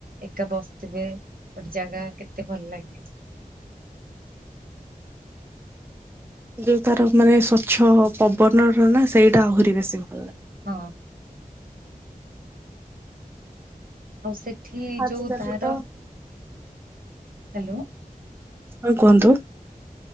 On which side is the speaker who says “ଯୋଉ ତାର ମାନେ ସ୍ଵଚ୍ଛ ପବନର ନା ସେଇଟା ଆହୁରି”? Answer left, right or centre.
Right